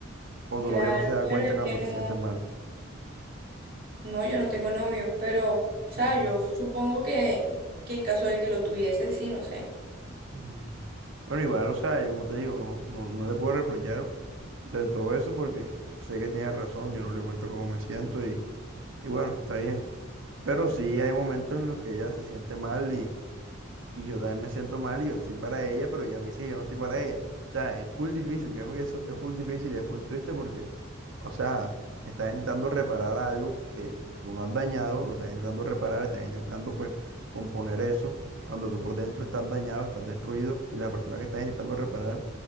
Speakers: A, on the right; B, on the right.
A: O
B: Claro,
A: tu novio no se da
B: pero
A: cuenta
B: es
A: cuando
B: que no,
A: te sientes mal.
B: no, yo no tengo novio, pero, o sea,
A: Mm.
B: yo supongo que, que en caso de que lo tuviese, sí, no sé.
A: Mm. Bueno, igual, o sea, yo como te digo, no, no, no le puedo reprochar del todo eso porque sé que tiene razón, yo no le cuento cómo me siento y, y bueno, está bien. Pero sí hay momentos en los que ella se siente mal y yo también me siento mal y yo estoy para ella, pero ella me dice que yo no estoy para ella. O sea, es full difícil, créeme que eso es full difícil y es full triste porque, o sea, estás intentando reparar algo que tú no has dañado, lo estás intentando reparar, estás intentando pues componer eso, cuando tú por dentro estás dañado, estás destruido y la persona que estás intentando reparar